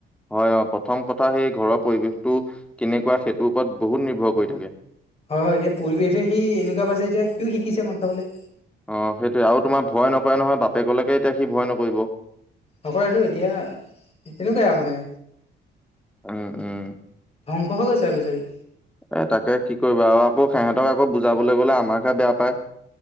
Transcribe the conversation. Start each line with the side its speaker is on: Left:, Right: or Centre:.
Centre: হয় অ' প্ৰথম কথা সেই ঘৰৰ পৰিৱেশটো কেনেকুৱা সেইটোৰ ওপৰত বহুত নিৰ্ভৰ কৰি থাকে।
Left: হয়- হয় সেই পৰিৱেশে সি এনেকুৱা পাইছে এতিয়া সিও শিকিছে মদ খাবলৈ।
Centre: অ' সেইটোৱে আৰু তোমাৰ ভয় নকৰে নহয় বাপেকলৈকে এতিয়া সি ভয় নকৰিব।
Left: নকৰে টো এতিয়া এতিয়া তেনেকুৱাই আৰু মানে।
Centre: উম উম।
Left: ধংস হৈ গৈছে ল ছোৱালী।
Centre: এ তাকে কি কৰিবা আৰু আকৌ সিহঁতক আকৌ বুজাবলৈ গ'লে আমাকহে বেয়া পায়।